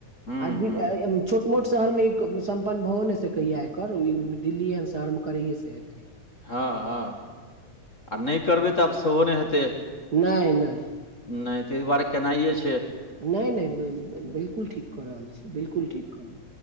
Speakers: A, on the left (about 30°); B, on the right (about 40°).
A: हूँ
B: आदमी
A: हूँ
B: आ ऐ छोट-मोट शहर में सम्पन्न भओ नेय सकैया एकर दिल-दिल्ली ऐहन शहर मे करैेयै सँ हेते।
A: हाँ-हाँ आ नेय करबै तब सेहो नेय हेतै।
B: नेय-नेय।
A: नेय तै दुआरे केनाइए छैय।
B: नेय-नेय बिलकुल ठीक कऽ रहल छी बिलकुल ठीक कर रहल